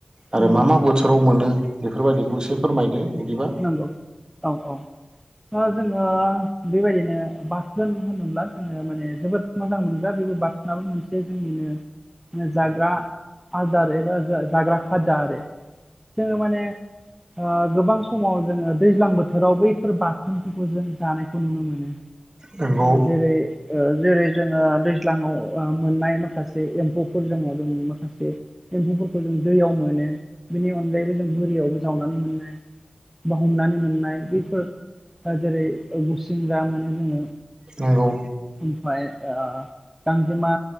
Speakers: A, on the right; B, in the centre.
A: आरो
B: उम
A: मा मा बोथोराव मोनो बेफोर बायदिखौबो एसे फोरमायदो। बिदिबा
B: नोंगौ औ औ। दा जोङो बेबायदिनो बाथोन होनोब्ला जोङो माने जोबोद मोजां मोनग्रा बेबो बाथोनाबो मोनसे जोंनिनो जाग्रा आदार एबा जा-जाग्रा खाजा आरो। जोङो माने ओ गोबां समाव जोङो दैज्लां बोथोराव बैफोर बाथोनफोरखौ जों जानायखौ नुनो मोनो।
A: नंगौ
B: ओ जेरै ओ जेरै जोङो दैज्लाङाव ओ मोन्नाय माखासे एम्फौफोर दङ जोंनि माखासे एम्फौफोरखौ जों दैयाव मोनो। बिनि अनगायैबो जों बोरियावबो जावनानै मोननाय बा हमनानै मोननाय बैफोर ओ जेरै ओ गुसिंग्रा मोने जोङो।
A: नोंगौ।
B: ओमफ्राय ओ गांजेमा